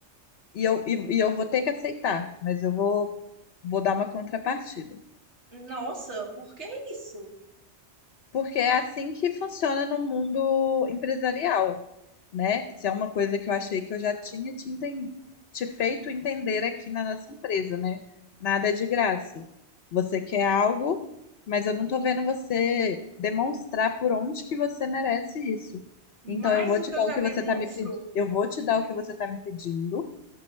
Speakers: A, on the left; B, on the right.
A: e eu, e, e eu vou ter que aceitar, mas eu vou, vou dar uma contrapartida.
B: nossa, por que isso?
A: Porque é assim que funciona no mundo empresarial, né? Isso é uma coisa que eu achei que eu já tinha te, enten- te feito entender aqui na nossa empresa, né? Nada é de graça. Você quer algo, mas eu não tô vendo você demonstrar por onde que você merece isso.
B: Mais
A: Então eu vou
B: do
A: te
B: que
A: dar
B: eu já
A: o que
B: demonstro?
A: você tá me pedindo, eu vou te dar o que você tá me pedindo,